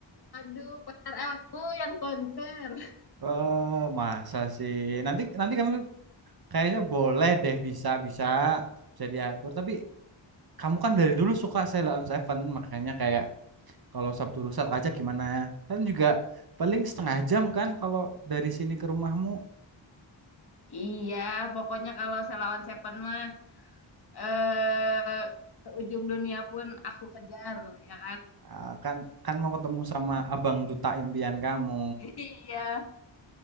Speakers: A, on the left; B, on the right.
A: Aduh, pacar aku yang konser
B: Eh, masa sih? Nanti nanti kamu kayaknya boleh deh bisa bisa bisa diatur. Tapi kamu kan dari dulu suka Sheila on Seven, makanya kayak kalau Sabtu lusa aja gimana? ya? Kan juga paling setengah jam kan kalau dari sini ke rumahmu
A: Iya, pokoknya kalau Selawan Seven mah eh ke ujung dunia pun aku kejar, ya kan?
B: Ah, kan kan mau ketemu sama abang duta impian kamu.
A: <laughs> Iya.